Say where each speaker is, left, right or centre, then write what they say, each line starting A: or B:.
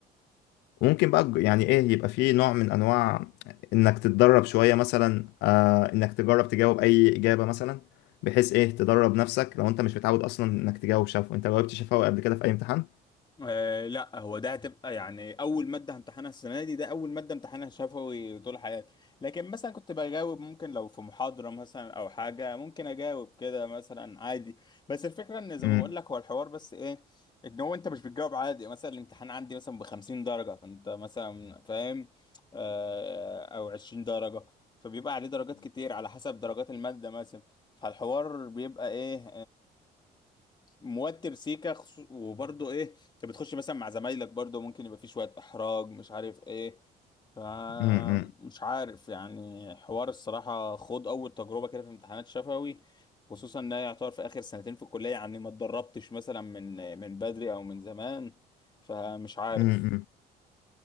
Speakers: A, on the left (about 90°); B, on the left (about 25°).
A: وممكن بقى ج- يعني ايه يبقى فيه نوع من انواع انك تتدرب شوية مثلا آه انك تجرب تجاوب اي اجابة مثلا بحيث ايه تدرب نفسك لو انت مش متعود اصلا انك تجاوب شفوي انت جاوبت شفوي قبل كده في اي امتحان
B: آه لا هو ده هتبقى يعني اول ماده همتحنها السنه دي ده اول ماده امتحانها شفوي طول حياتي لكن مثلا كنت بجاوب ممكن لو في محاضره مثلا او حاجه ممكن اجاوب كده مثلا عادي بس الفكره ان زي
A: امم
B: ما بقول لك هو الحوار بس ايه ان هو انت مش بتجاوب عادي مثلا الامتحان عندي مثلا ب 50 درجه فانت مثلا فاهم آه او 20 درجه فبيبقى عليه درجات كتير على حسب درجات الماده مثلا فالحوار بيبقى ايه موتر سيكا خصو... وبرضه ايه انت بتخش مثلا مع زمايلك برضه ممكن يبقى فيه شوية احراج مش عارف ايه ف
A: امم
B: مش عارف يعني حوار الصراحة خد اول تجربة كده في امتحانات شفوي خصوصا ان هي يعتبر في اخر سنتين في الكلية يعني ما اتدربتش مثلا من من بدري او من زمان فمش عارف
A: امم